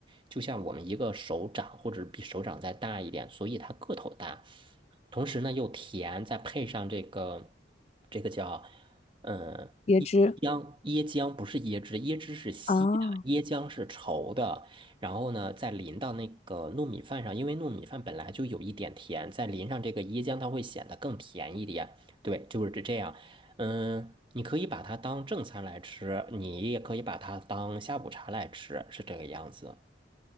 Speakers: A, on the right (about 25°); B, on the left (about 35°).
A: 就像我们一个手掌或者比手掌再大一点，所以它个头大。同时呢又甜，再配上这个这个叫。嗯，
B: 椰汁
A: 椰浆，椰浆不是椰汁，椰汁是稀的，
B: 哦
A: 椰浆是稠的。然后呢，再淋到那个糯米饭上，因为糯米饭本来就有一点甜，再淋上这个椰浆，它会显得更甜一点。对，就是这这样。嗯，你可以把它当正餐来吃，你也可以把它当下午茶来吃，是这个样子。